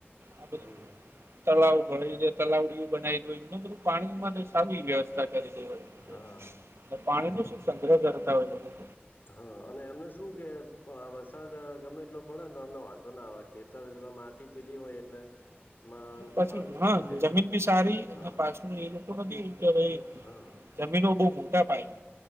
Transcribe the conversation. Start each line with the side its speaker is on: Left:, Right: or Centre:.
Right: આ બધું
Left: હમ
Right: હો તલાવ ભ તલાવડીઓ બનાવી દને બધું પાણીમાં તો સ વ્યસ્ હોય
Left: હા
Right: પાણી ન શું સંગ્રહ કરતા હોય
Left: હા અને એમને શું કે આ વરસાદ ગમે એટલો પડે ને તો અમને વાંધો ના ખેતર પેલી હોય એટલે માં
Right: પછી
Left: પાણી ઉતરી
Right: હ
Left: જાય
Right: જમીન બી સારી
Left: હા
Right: એના પાછું એ રતું નથી કે
Left: હા
Right: જમીનો બહુ મોટા પાય